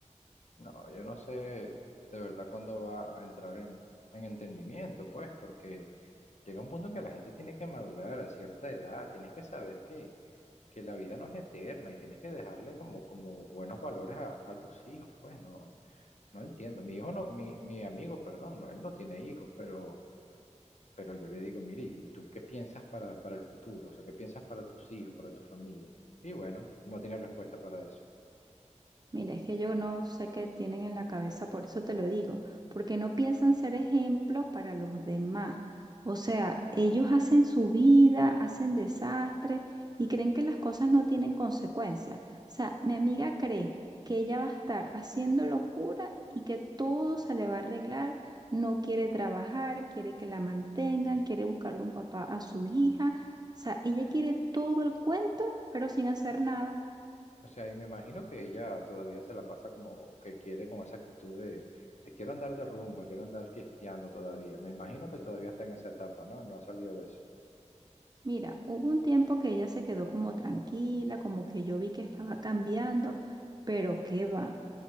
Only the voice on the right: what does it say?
Mira, es que yo no sé qué tienen en la cabeza, por eso te lo digo, porque no piensan ser ejemplos para los demás. O sea, ellos hacen su vida, hacen desastre y creen que las cosas no tienen consecuencias. O sea, mi amiga cree que ella va a estar haciendo locura y que todo se le va a arreglar. No quiere trabajar, quiere que la mantengan, quiere buscarle un papá a su hija. O sea, ella quiere todo el cuento, pero sin hacer nada.
Mira, hubo un tiempo que ella se quedó como tranquila, como que yo vi que estaba cambiando, pero qué va.